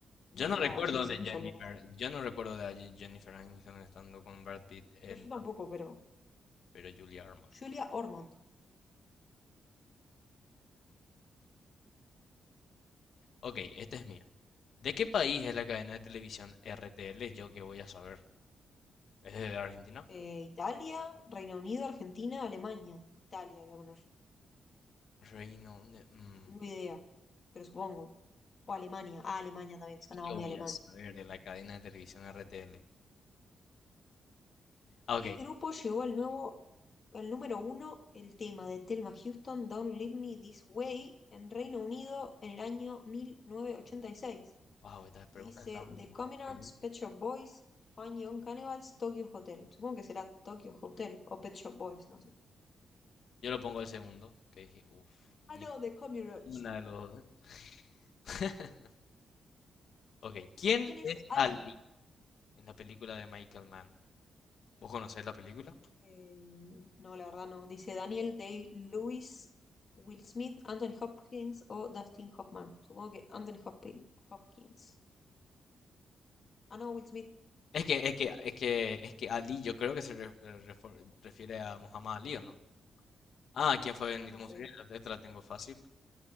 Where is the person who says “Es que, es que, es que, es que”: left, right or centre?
Left